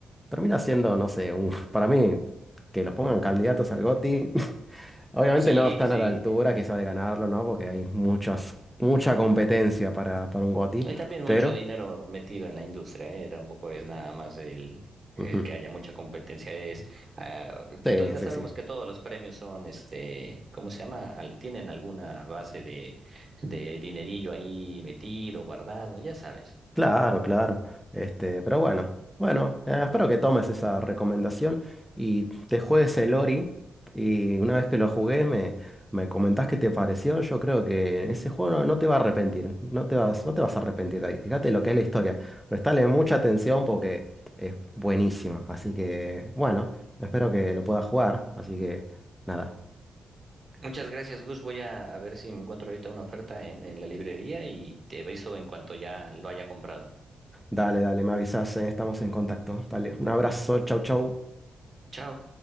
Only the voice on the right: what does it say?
Sí,
sí.
Hay también mucho
dinero metido en la industria, ¿eh? Tampoco es nada más el, el
que haya mucha competencia. Es, ah,
to- ya
sabemos
que todos los premios son, este, ¿cómo se llama? Al- tienen alguna base de, de dinerillo ahí metido, guardado, ya sabes.
Muchas gracias, Gus. Voy a, a ver si me encuentro ahorita una oferta en, en la librería y te aviso en cuanto ya lo haya comprado.
Chao.